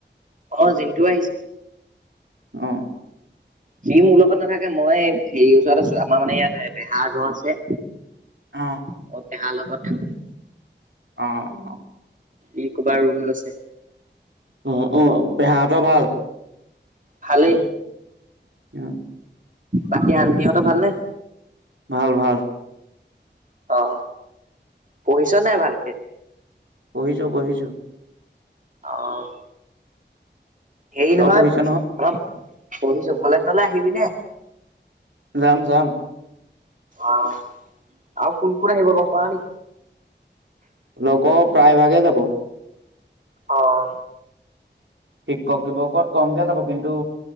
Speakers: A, on the right; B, on the right.
A: অহ, জিণ্টু আহিছে।
B: অহ',
A: সি মোৰ লগত নাথাকে, মই হেৰি ওচৰত আছো আমাৰ মানে ইয়াত পেহাৰ ঘৰ আছে।
B: অহ',
A: মই পেহাৰ লগত থাকো।
B: অহ - অহ
A: ই ক'বাৰ ৰুম লৈছে।
B: অ', অ', পেহাহঁতৰ ভাল
A: ভালে।
B: অহ ',
A: বাকী আন্তিহঁতৰ ভালনে?
B: ভাল -ভাল।
A: অহ, পঢ়িছ নাই ভালকে?
B: পঢ়িছোঁ -পঢ়িছোঁ।
A: অহ', হেৰী
B: তই
A: নহয়
B: পঢ়িছ
A: অলপ পঢ়িছো, ভলেন্তলে আহিবি নে?
B: যাম-যাম।
A: অহ, আৰু কোন -কোন আহিব গম পা নি?
B: লগৰ প্ৰায় ভাগে যাব।
A: অহ',
B: শিক্ষক দিৱসত কমকে যাব কিন্তু